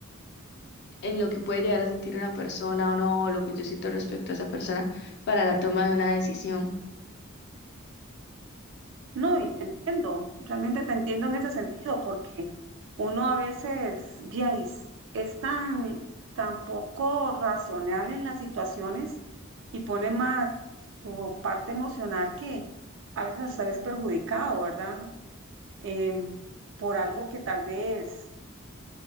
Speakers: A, on the left; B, on the right.
A: en lo que puede llegar a sentir una persona o no, o lo que yo siento respecto a esa persona para la toma de una decisión.
B: No, y te entiendo, realmente te entiendo en ese sentido, porque uno a veces, ya es, es tan, tan poco racional en las situaciones y pone más su parte emocional que a veces hasta a veces perjudicado, ¿verdad? em, por algo que tal vez